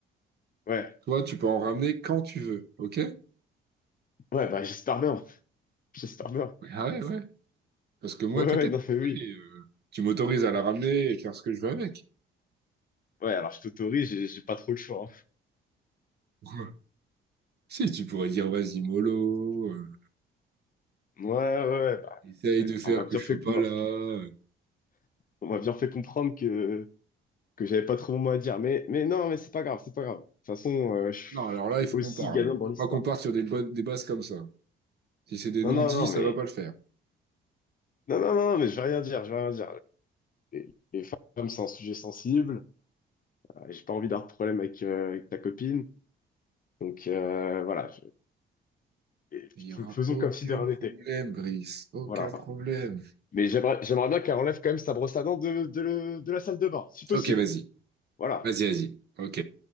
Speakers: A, on the left; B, on the right.
A: ouais,
B: toi, tu peux en ramener quand tu veux, ok? Ouais,
A: ouais, bah j'espère bien. J'espère bien.
B: Ah ouais, ouais. Parce que moi,
A: Ouais, ouais,
B: t'inquiète,
A: non, mais oui.
B: allez, euh, tu m'autorises à la ramener et faire ce que je veux avec.
A: Ouais, alors je t'autorise, j'ai j'ai pas trop le choix.
B: <laughs> Si, tu pourrais dire, vas-y, mollo, euh,
A: hein. Ouais, ouais, ouais, bah,
B: essaye
A: ouais.
B: de faire
A: on m'a bien
B: que je
A: fait,
B: sois pas
A: on m'a
B: là. euh.
A: on m'a bien fait comprendre que, que j'avais pas trop mon mot à dire. Mais, mais non, mais c'est pas grave, c'est pas grave. De toute façon, euh, je
B: Non, alors
A: je
B: là, il
A: suis
B: faut
A: aussi
B: qu'on parle.
A: gagnant dans
B: Faut
A: l'histoire.
B: pas qu'on parte sur des, bonnes- des bases comme ça. Si c'est des
A: Non,
B: non-dits,
A: non, non,
B: ça
A: mais...
B: va pas le faire.
A: Non, non, non, mais je vais rien dire, je vais rien dire. Les, les femmes, c'est un sujet sensible. Bah, J'ai pas envie d'avoir de problème avec, euh, avec ta copine. Donc euh, voilà, je- et f-
B: Il y aura
A: faisons
B: aucun
A: comme si de rien
B: problème,
A: n'était.
B: Brice. Aucun
A: Voilà.
B: problème.
A: Mais j'aimerais, j'aimerais bien qu'elle enlève quand même sa brosse à dents de, de, le- de la salle de bain, si possible.
B: Ok, vas-y.
A: Voilà.
B: Vas-y, vas-y. Ok.